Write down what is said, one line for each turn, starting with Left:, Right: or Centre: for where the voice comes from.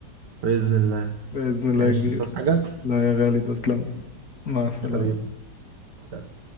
Right: بإذن الله
Left: باذن الله
Right: ماشي
Left: يا كبير
Right: تصحى حاجة
Left: لا يا غالي تسلم مع السلامه
Right: حبيبي سلام